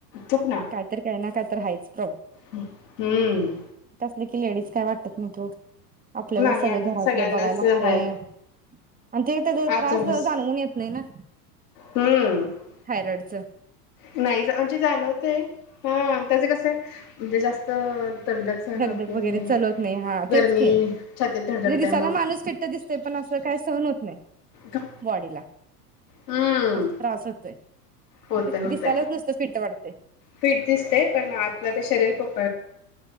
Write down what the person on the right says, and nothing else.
काहीतरी काही काय! हायचं!
देख लेडीज काय वाटतात नाहीत ओ! आपल्याला
अस घरात
बघाय लागतय!
आणि ते त्या
त्रास
जाणवून येत नाही ना!
इकडच!
धगधग
वगैरे चलवत नाही! हा
तेच की! म्हणजे
दिसायला
माणूस फिट्ट दिसतय! पण अस काही सहन होत नाही
बॉडीला!
असा त्रास होतोय
तेच
की दिसायलाच नुसतं फिट्ट वाटतंय